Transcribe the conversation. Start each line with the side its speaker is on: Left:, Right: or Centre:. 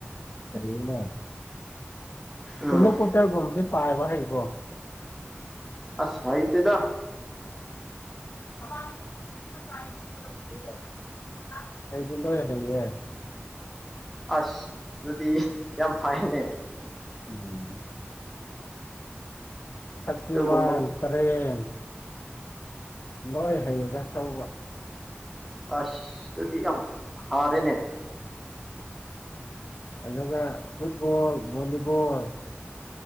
Left: ꯀꯩꯅ
Centre: ꯎꯝ
Left: ꯍꯩꯅꯂꯣ ꯀꯣꯠꯇꯦꯜ ꯝꯗꯤ ꯄꯥꯏꯕ ꯍꯥꯏꯔꯤꯕ
Centre: ꯑꯁꯁ ꯏ ꯇꯗ
Left: ꯑꯥ ꯑꯥ ꯑꯩꯕꯨ ꯂꯌꯦ
Centre: ꯑꯁ ꯑꯗꯨꯗꯤ ꯌꯥꯝ ꯐꯥꯏꯅꯦ
Left: ꯎꯝ ꯁꯤꯃꯥꯟ
Centre: ꯑꯗꯨꯒꯨꯝꯕ
Left: ꯇꯔꯦꯦꯟ ꯂꯣꯏ ꯍꯌꯦꯡꯒ ꯊꯧꯕ
Centre: ꯑꯁꯗꯤ ꯌꯥꯝ ꯌꯥꯝ ꯐꯥꯔꯅꯦ
Left: ꯑꯗꯨꯒ ꯐꯨꯠꯕꯣꯜ ꯚꯣꯂꯤꯕꯣꯜ